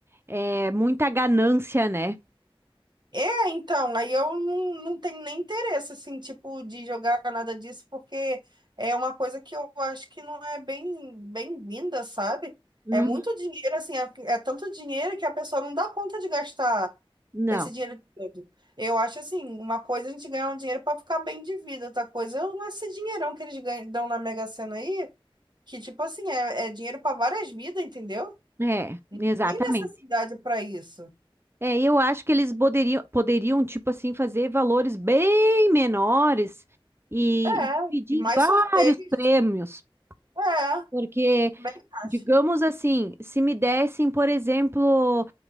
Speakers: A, on the right (about 25°); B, on the right (about 50°).
A: é muita ganância, né?
B: É, então, aí eu não, não tenho nem interesse, assim, tipo, de jogar nada disso, porque é uma coisa que eu acho que não é bem, bem-vinda, sabe?
A: Uhum.
B: É muito dinheiro, assim, é, é tanto dinheiro que a pessoa não dá conta de gastar
A: Não,
B: esse dinheiro todo. Eu acho, assim, uma coisa a gente ganhar um dinheiro para ficar bem de vida, outra coisa é esse dinheirão que eles ganham, dão na Mega Sena aí, que, tipo assim, é, é dinheiro para várias vidas, entendeu?
A: é, exatamente.
B: Tem necessidade para isso.
A: É, eu acho que eles poderiam, poderiam, tipo assim, fazer valores bem menores e
B: É,
A: dividir
B: e mais
A: em vários
B: sorteios.
A: prêmios,
B: É.
A: porque
B: Bem
A: Digamos
B: acho.
A: assim, se me dessem, por exemplo,